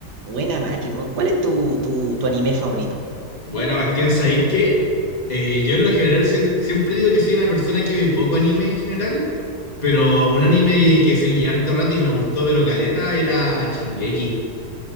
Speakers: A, on the right; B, on the left.
A: Buena, Mati, weón. ¿Cuál es tu, tu, tu anime favorito?
B: Buena, Bastián, ¿sabéis qué? Eh, yo en lo general sie- siempre digo que soy una persona que ve poco anime en general, pero un anime que seguí harto rato y me gustó, pero caleta, era Shingeki.